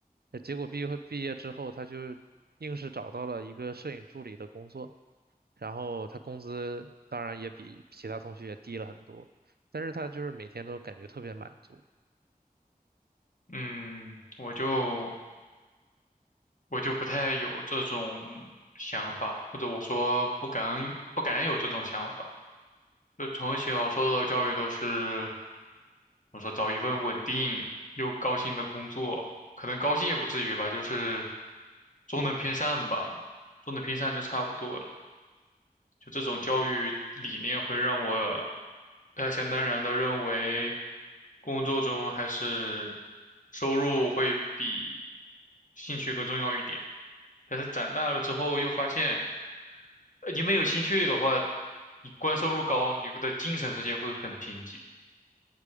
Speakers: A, on the right; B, on the left.
A: 呃结果毕业毕业之后，他就硬是找到了一个摄影助理的工作，然后他工资当然也比其他同学低了很多，但是他就是每天都感觉特别满足。
B: 嗯，我就我就不太有这种想法吧，或者我说不敢不敢有这种想法。就从小受到的教育都是，我说找一份稳定又高薪的工作，可能高薪也不至于吧，就是中等偏上吧，中等偏上就差不多了。就这种教育理念会让我，呃，想当然的认为，工作中还是收入会比兴趣更重要一点。但是长大了之后又发现，呃你没有兴趣的话，你光收入高，你会的精神世界会很贫瘠。